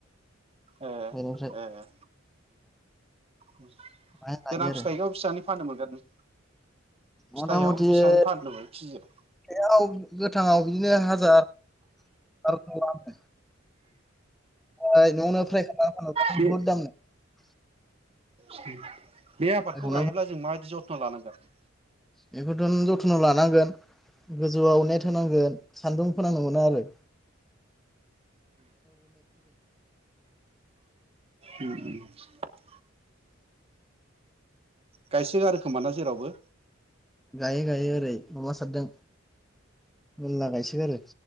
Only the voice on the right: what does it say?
ए
ए। देनां
फिथाइखौ बिसानि फाननो मोनगोन?
फिथाइयाव
बेसेबां
फाननो मोनो केजियाव
बे <unintelligible> बे आबादखौ
गायोब्ला जों माबायदि लानांगोन
उम। <unintelligible> गायसो गारो खोमा ना जेरावबो।